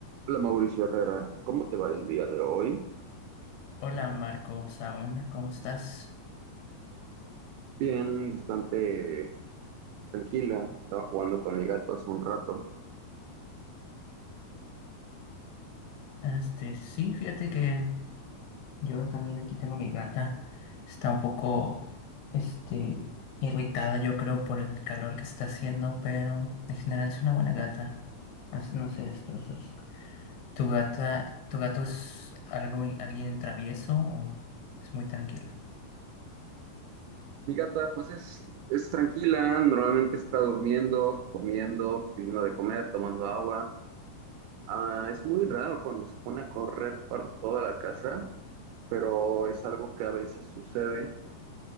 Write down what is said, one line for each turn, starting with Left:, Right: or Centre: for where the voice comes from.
Right: Hola Mauricio Herrera, ¿cómo te va el día de hoy?
Left: Hola Marcos, aún, ¿cómo estás?
Right: Bien, bastante tranquilo. Estaba jugando con mi gato hace un rato.
Left: Este, sí, fíjate que yo también aquí tengo a mi gata. Está un poco, este, irritada, yo creo, por el calor que está haciendo, pero en general es una buena gata. Hace- No sé, destrozos. ¿Tu gata, tu gato es algo, alguien travieso o es muy tranquilo?
Right: Mi gata, pues es, es tranquila, normalmente está durmiendo, comiendo, pidiendo de comer, tomando agua. Ah, es muy raro cuando se pone a correr por toda la casa, pero es algo que a veces sucede.